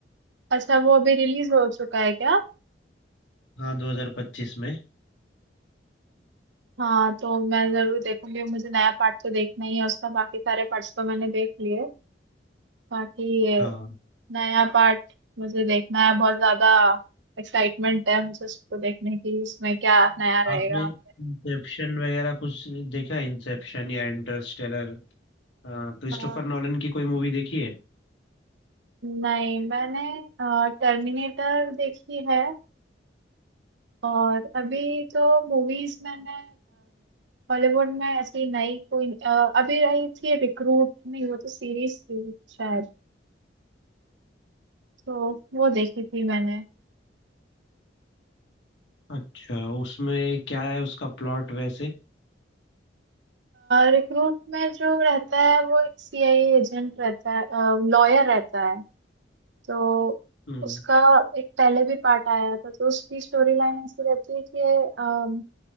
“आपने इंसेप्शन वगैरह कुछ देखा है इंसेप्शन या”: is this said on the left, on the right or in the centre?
Left